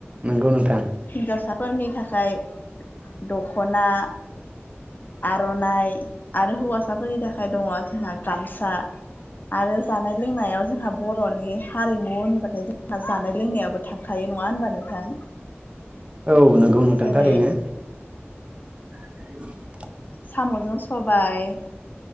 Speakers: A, on the right (about 25°); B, on the left (about 45°).
A: नंगौ नोंथां।
B: हिनजावसाफोरनि थाखाय दख'ना आर'नाइ आरो हौवासाफोरनि थाखाय दङ जोंहा गामसा आरो जानाय लोंनायाव जोंहा बर'नि हारिमु होनबाथाय जोंहा जानाय लोंनायाबो थांखायो नङा होनबा नोंथां
A: औ नंगौ नोंथां
B: जेरै
A: थारैनो। <inaudible>
B: साम'जों सबाय